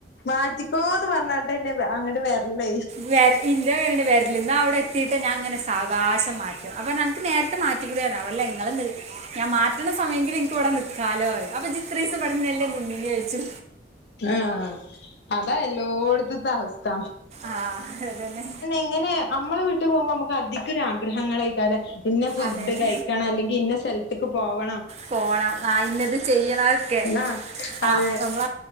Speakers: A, on the left; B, on the right.
A: മാറ്റിക്കോന്ന് പറഞ്ഞാട്ടന്നെ അങ്ങോട്ട് വരല്ലേ
B: വ ഇന്ത്യ വരി വരലന്നോ അവിടെ എത്തിട്ട് ഞാൻ ഇങ്ങനെ സവകാശം മാറ്റും അപ്പൊ നനക്ക് നേരത്തെ മാറ്റ അവല്ല ഞാൻ മാറ്റണ സമയെങ്കിലിൽ നിനക്ക് ഇവിടെ നിക്ക കാലോ <unintelligible> അപ്പ ഇജ്ജ് ഇത്ര ദിവസം ഇവടഞ്ഞല്ലേ നിന്നേ ചോദിച്ചു
A: ആഹ് അതാ എല്ലോടുത്തത്തെ അവസ്ഥ
B: ആഹ് അതന്നെ
A: അങ്ങനെ നമ്മള് വിട്ട് പോകുമ്പോ നമുക്ക് അധികം ആഗ്രഹങ്ങള <unintelligible> പിന്നെ ഫുഡ്
B: അതന്നെ
A: കഴിക്കണം അല്ലെങ്കിൽ ഇന്ന സ്ഥലത്തേക്ക് പോകണം
B: പോണം ആഹ് ഇന്നത് ചെയ്യണംക്കെ
A: ആഹ് അതെ
B: ആഹ് നമ്മള